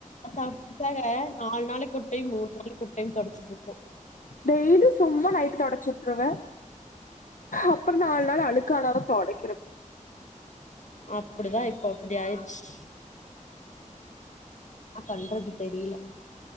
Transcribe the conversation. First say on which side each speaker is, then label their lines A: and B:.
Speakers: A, on the left (about 65°); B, on the left (about 85°).
A: <inaudible> நால் நாளை கொட்டையும் மூண் நாள் கொட்டையும் தொடச்சிட்ருப்போ
B: டெய்லி சும்மா நைட்டு தொடச்சுட்ருவே அப்பற் நால் நாள் அழுக்கானாத தொடக்கிற
A: அப்புடிதா இப்போ அப்புடி ஆயிர்ச்சு ஆ பண்றது தெரில